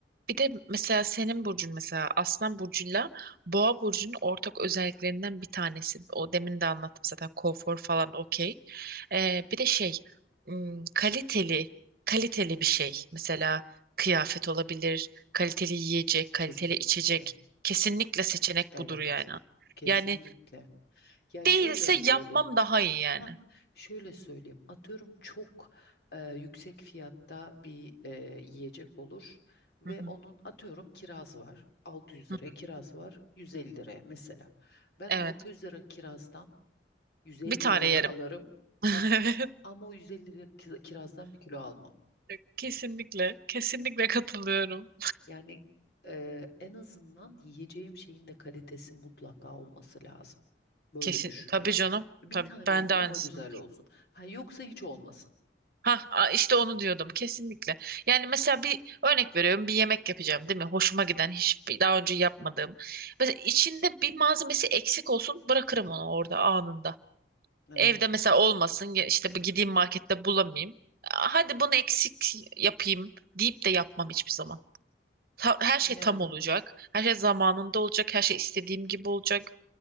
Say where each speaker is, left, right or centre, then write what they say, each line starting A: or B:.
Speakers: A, on the right; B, on the left.
A: Bir de mesela senin burcun mesela Aslan burcuyla Boğa burcunun ortak özelliklerinden bir tanesi. O demin de anlattım zaten konfor falan okey. Ee, bir de şey hmm, kaliteli kaliteli bir şey. Mesela kıyafet olabilir, kaliteli yiyecek, kaliteli
B: Kesinlikle.
A: içecek. Kesinlikle seçenek
B: Evet,
A: budur yani.
B: kesinlikle.
A: Yani
B: Ya şöyle
A: değilse
B: söylüyorum.
A: yapmam daha iyi yani.
B: Ha, şöyle söyleyeyim. Atıyorum çok e, yüksek fiyatta bir e, yiyecek olur ve
A: Hı hı,
B: onun atıyorum kiraz var. 600
A: hı
B: liraya
A: hı.
B: kiraz var. 150 liraya mesela. Ben
A: Evet.
B: o 600 lira kirazdan 150
A: Bir tane
B: liralık
A: yerim.
B: alırım.
A: <laughs>
B: Ha, ama o 150 lira ki- kirazdan bir kilo almam.
A: Evet. Kesinlikle. Kesinlikle katılıyorum.
B: Yani e, en azından yiyeceğim şeyin de kalitesi mutlaka olması lazım. Böyle
A: Kesin
B: düşünüyorum.
A: tabii canım.
B: Bir
A: Tabii
B: tane
A: ben
B: olsun
A: de aynısını.
B: ama güzel olsun. Ha, yoksa hiç olmasın.
A: Ha işte onu diyordum kesinlikle. Yani mesela bir örnek veriyorum bir yemek yapacağım değil mi? Hoşuma giden hiçbir daha önce yapmadığım. Mesela içinde bir malzemesi eksik olsun bırakırım onu orada anında.
B: Evet.
A: Evde mesela olmasın ya işte bu gideyim markette bulamayayım. Aa, Hadi bunu eksik yapayım deyip de yapmam hiçbir zaman. Ta- her
B: Yani.
A: şey tam olacak. Her şey zamanında olacak. Her şey istediğim gibi olacak.